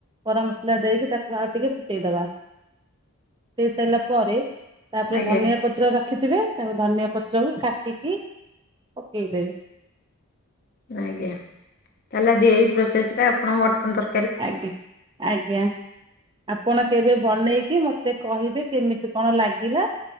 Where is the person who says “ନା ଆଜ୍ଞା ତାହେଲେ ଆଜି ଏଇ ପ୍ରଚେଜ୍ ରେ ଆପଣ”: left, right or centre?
Left